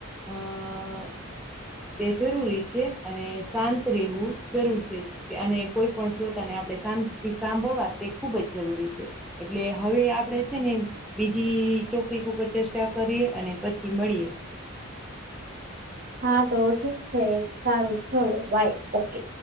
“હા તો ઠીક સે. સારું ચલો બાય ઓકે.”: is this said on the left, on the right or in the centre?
Right